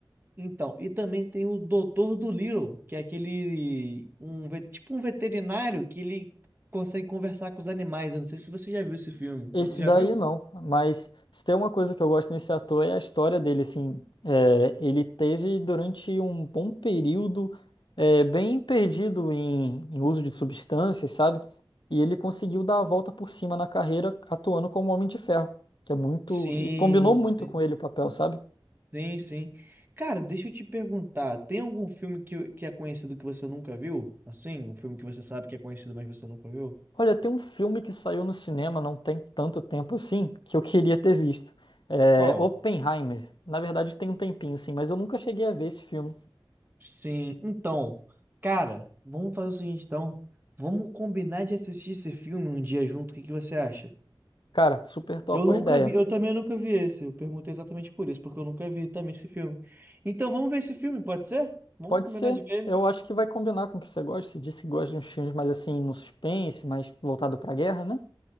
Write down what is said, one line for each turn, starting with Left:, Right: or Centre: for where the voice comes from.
Right: Então, e também tem o Doutor do Little, que é aquele um ve- tipo um veterinário que ele consegue conversar com os animais. Eu não sei se você já viu esse filme.
Left: Esse
Right: Já
Left: daí
Right: viu?
Left: não, mas se tem uma coisa que eu gosto nesse ator é a história dele, assim, é, ele teve durante um bom período é, bem perdido em, em uso de substâncias, sabe? E ele conseguiu dar a volta por cima na carreira atuando como Homem de Ferro, que é muito,
Right: Sim,
Left: e combinou muito
Right: sim,
Left: com ele o papel, sabe?
Right: sim, sim. Cara, deixa eu te perguntar, tem algum filme que, que é conhecido que você nunca viu? Assim, um filme que você sabe que é conhecido, mas você nunca viu?
Left: Olha, tem um filme que saiu no cinema não tem tanto tempo assim, que eu <laughs> queria ter visto, é,
Right: Qual?
Left: Oppenheimer. Na verdade tem um tempinho, assim, mas eu nunca cheguei a ver esse filme.
Right: Sim, então, cara, vamos fazer o seguinte, então. Vamos combinar de assistir esse filme um dia junto. O que que você acha?
Left: Cara, super top
Right: Eu nunca
Left: a ideia.
Right: vi, eu também nunca vi esse. Eu perguntei exatamente por isso, porque eu nunca vi também esse filme. Então vamos ver esse filme, pode ser? Vamos
Left: Pode
Right: combinar
Left: ser.
Right: de ver
Left: Eu
Right: ele?
Left: acho que vai combinar com o que você gosta. Você disse que gosta de uns filmes mais assim, no suspense, mais voltado pra guerra, né?